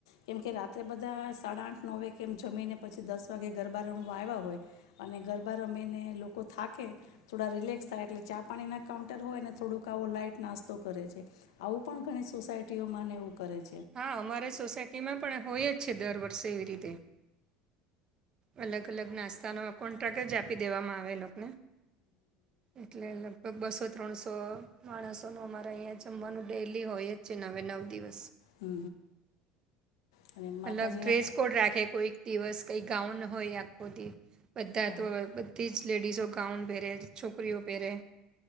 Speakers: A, on the left (about 85°); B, on the right (about 35°).
A: કેમકે રાત્રે બધા સાડા આઠ ન વે કેમ જમીને પછી દસ વાગે ગરબા રમવા આવ્યા હોય અને ગરબા રમીને લોકો થાકે થોડા રિલેક્સ થાય એટલે ચા પાણીના કાઉન્ટર હોય ને થોડુંક આવો લાાઈટ નાસ્તો કરે છે આવું પણ ઘણી સોસાયટીઓમાંને કરે
B: હા અમારે સોસાયટીમાં પણ હોય જ છે દર વર્ષે એવી રીતે અલગ અલગ નાસ્તાનો કોન્ટ્રાક્ટ જ આપી દેવામાં આવેલોને? એટલે લગભગ બસો ત્રણસો માણસોનું અમારે અહીંયા જમવાનું ડેલી હોય જ છે ને હવે નવ દિવસ
A: હ હ અને માતાજીના
B: અલગ ડ્રેસ કોડ રાખે કોઈક દિવસ કઈ ગાઉન હોય આખો દિવસ બધા
A: હા
B: તો બધી જ લેડડીઝ ઓ ગાઉન પેરે છોકરીઓ પહેરે